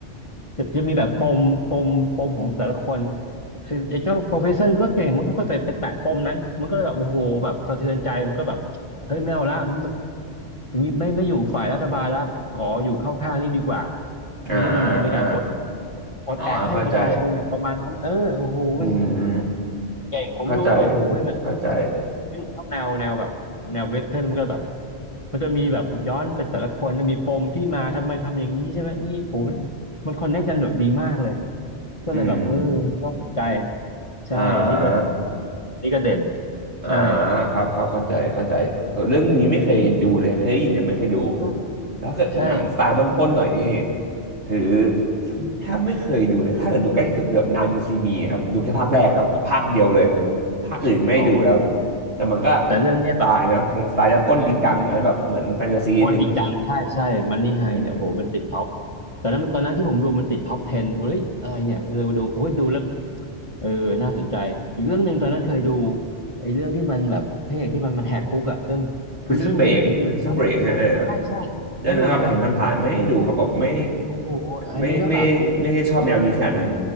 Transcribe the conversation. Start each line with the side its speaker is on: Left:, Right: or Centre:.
Left: จะจะมีแบบปมปมปมของแต่ละคนไอ้ไอ้เจ้าโปรเฟสเซอร์มันก็เก่งมันก็ไปไปไปแตะปมนั้นมันก็เลยแบบโอ้โหแบบสะเทือนใจมันก็แบบเฮ้ยไม่เอาละมันอย่างนี้ไม่ไม่อยู่ฝ่ายรัฐบาลแล้วขออยู่เข้าข้างนี่ดีกว่า
Right: อ่า
Left: ตรงนี้มันเหมือนกับเป็นการปลด
Right: อ่า
Left: ปลดแอกให้ประชาชนเนี่ยประมาณนั้นเออโอ้โหมัน
Right: อ๋อเข้าใจอืม
Left: เก่งผมดูแล้วแบบโอ้โหมัน
Right: เข้าใจเข้าใจ
Left: ซึ่งชอบแนวแนวแบบแนวเวสเทิร์นมันก็แบบมันจะมีแบบย้อนไปแต่ละคนมันมีปมที่มาทำไมทำอย่างนี้ใช่ไหมนี่โหมันมันคอนเนคกันแบบดีมากเลยก็เลยแบบเออน่าสนใจ
Right: อืม
Left: ใช่นี่ก็
Right: อ่า
Left: นี่ก็เด่น
Right: อ่า
Left: ใช่
Right: ครับเขาเข้าใจเข้าใจเออเรื่องนี้ไม่เคยดูเลยเคยได้ยินแต่ไม่เคยดู
Left: เออ
Right: แล้วเกิดหนังสไตล์ปล้นๆหน่อยนี่
Left: ใช่
Right: ถือแทบไม่เคยดูเลยถ้าเกิดดูใกล้ที่สุดคือแบบนายยูซีมีครับดูแค่ภาคแรกกับภาคเดียวเลยภาคอื่นไม่ดูแล้ว
Left: โอ้
Right: แต่มันก็คนละสไตล์นะคนละสไตล์นะปล้นจริงจังอันนั้นแบบเหมือนแฟนตาซีนิดนึง
Left: แต่เรื่องเนี้ยแบบใช่ โคตรจริงจังใช่ใช่มันนี่ไฮเนี่ยโหมันติดท็อป
Right: อืม
Left: ตอนนั้นตอนนั้นที่ผมดูมันติดท็อป10เฮ้ยอะไรเนี่ยเลยมาดูโอ้ยดูแล้วเออน่าสนใจอีกเรื่องหนึ่งตอนนั้นเคยดูไอ้เรื่องที่มันแบบพระเอกที่มันมันแหกคุกอะเรื่อง
Right: Prison
Left: Prison
Right: Break
Left: Break ได้ยินไหมครับ
Right: Prison Break ใช่ไหมเออ
Left: ใช่ใช่ได้ดูไหมครับ
Right: เรื่องนั้นเราเห็นผ่านๆไม่ได้ดูครับแบบไม่
Left: โอ้โหอันนี้ก็แบบ
Right: ไม่ไม่ไม่ได้ชอบแนวนี้ขนาดนั้น